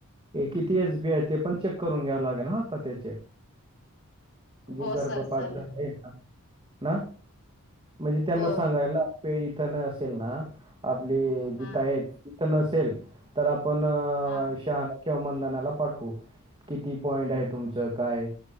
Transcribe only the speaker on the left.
हो
सर चालेल
हो
हा
हा